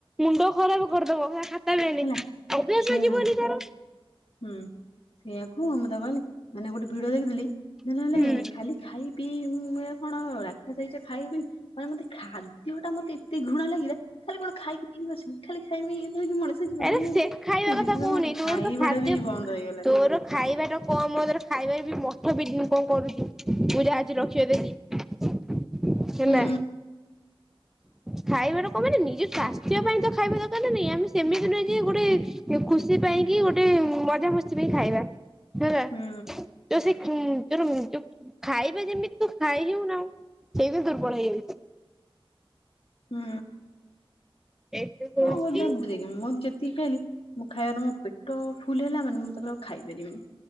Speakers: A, in the centre; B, on the left.
A: ମୁଣ୍ଡ ଖରାପ କରିଦବ। ତାନି
B: ହେଲା
A: ଅଭ୍ୟାସ
B: ଶୁଣୁ
A: ଯିବନି ତାର।
B: ହୁଁ ସେଇଆକୁୁ ଆମ। ମାନେ ଗୋଟେ ଭିଡିଓ ଦେଖିଥିଲି ହେଲେ
A: ହୁଁ
B: ଖାଲି ଖାଇ ପିଇ ହଁ ଏ କଣ ସେଇ ଖାଇବି ମାନେ ମତେ ଖାଦ୍ୟଟା ମତେ ଏତେ ଘୃଣା ଲାଗିଲା ଖାଲି କଣ ଖାଇକି ପିଇକି ବସିବି, ଖାଲି ଖାଇ ଖାଇମି ଇଏ କରିବି ମଣିଷ ଜୀବନ
A: ଆରେ
B: ହିଁ ଏମତି,
A: ସେ ଖାଇବା
B: <unintelligible>
A: କଥା କହୁନି ତୋର
B: ଖାଇବା
A: ତ ଖାଦ୍ୟ
B: ଟା ବି ବନ୍ଦ ହେଇଗଲା
A: ତୋର ଖାଇବାଟା <unintelligible> ଖାଇବା ମଠ ବି କଁ କରୁଛି ମୁଁ ଯା ଆଜି ରଖେଇ ଦେଲି। ହେଲା।
B: ହୁଁ
A: ଖାଇବାଟା କଁ ପାଇଁ ନା ନିଜ ସ୍ୱାସ୍ଥ୍ୟ ପାଇଁ ତ ଖାଇବା ଦରକାର ନା ନାଇଁ ଆମେ ସେମିତି ନୁହେଁ ଯେ, ଗୋଟେ ଖୁସି ପାଇଁ କି ଗୋଟେ ମଜାମସ୍ତି ପାଇଁ ଖାଇବା। ହେଲା,
B: ହୁଁ
A: ତ ସେ <unintelligible> ତୋର ଖାଇବା ଯେମିତି ତୁ ଖାଇଯଉ ନା ଆଉ ସେଇଥିପାଇଁ ଦୁର୍ବଳ ହେଇଯାଉଛୁ।
B: ହୁଁ।
A: ଏଇଥିପାଇଁ କହୁଛି
B: କଣ ଗୋଟେ <unintelligible> <unintelligible> ମୁଁ <unintelligible> ମୋ ପେଟ ଭୁଲ ହେଲା ମାନେ ମୁଁ ତାପରେ ଆଉ ଖାଇପାରିବିନି।